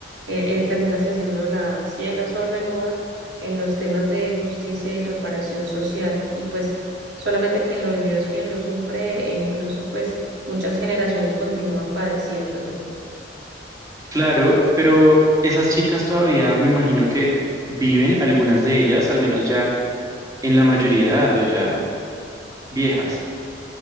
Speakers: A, on the right (about 75°); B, on the right (about 20°).
A: eh, eh, termina se haciendo la ciega, sorda y muda en los temas de justicia y reparación social. Y pues solamente quien lo vivió es quien lo sufre e incluso pues muchas generaciones continúan padeciéndolo.
B: Claro, pero esas chicas todavía me imagino que viven, algunas de ellas, al menos ya en la mayoría de edad o ya viejas.